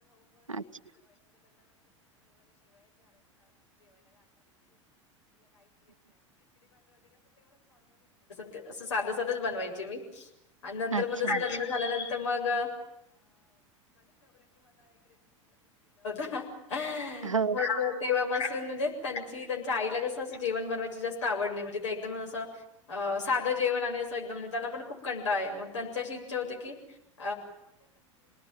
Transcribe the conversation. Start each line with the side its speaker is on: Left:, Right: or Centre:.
Right: अच्छा,
Left: <unintelligible> <unintelligible> असं साधं- साधच बनवायची मी, आणि नंतर
Right: अच्छा.
Left: मग जसं लग्न झाल्यानंतर मग -
Right: हो.
Left: <unintelligible> तेव्हापासून म्हणजे त्यांची, त्यांच्या आईला कसं असं जेवण बनवायची जास्त आवड नाही. म्हणजे तया् एकदमच असं - <unintelligible> <unintelligible> <unintelligible>